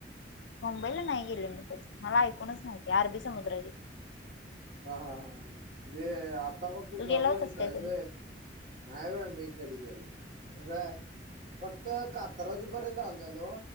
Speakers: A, on the left; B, on the right.
A: मुंबईला नाही गेले मी पण, मला ऐकूनच माहितीये अरबीसमुद्र.
B: हा हा हा जे आता फक्त
A: तू
B: जॉबला
A: गेला होतास
B: हित हायस
A: काय कधी
B: व्हयं. नाही बाई मी कधी गेलो, अ फक्त का कात्रच पर्यंत आलेलो.